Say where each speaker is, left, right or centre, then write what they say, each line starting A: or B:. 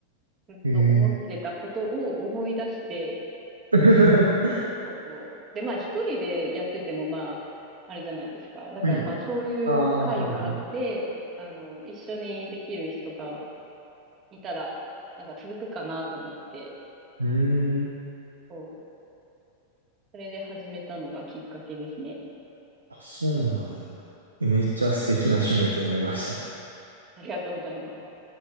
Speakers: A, on the right; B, on the right.
A: ずっと思ってたことを思い出して、
B: うん。えー <laughs>
A: そうそう。で、まあ、一人でやってても、まあ、あれじゃないですか。だから、
B: うん。
A: まあ、そういう会があって、
B: <laughs> ああ、はい、はい。
A: あの、一緒にできる人がいたら、なんか続くかなと思って、
B: うーん。
A: そう。それで始めたのがきっかけですね。
B: あ、そうなんや。えめっちゃ素敵な趣味だと思いました。
A: ありがとうございます。